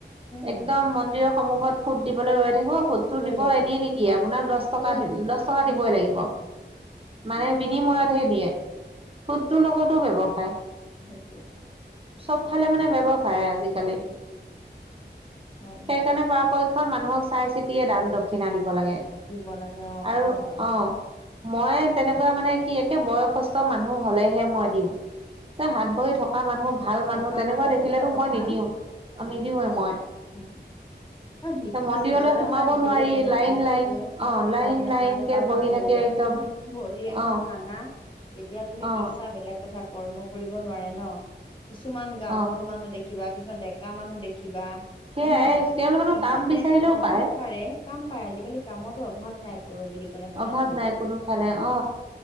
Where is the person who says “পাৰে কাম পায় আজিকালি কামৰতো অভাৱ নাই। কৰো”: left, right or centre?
Left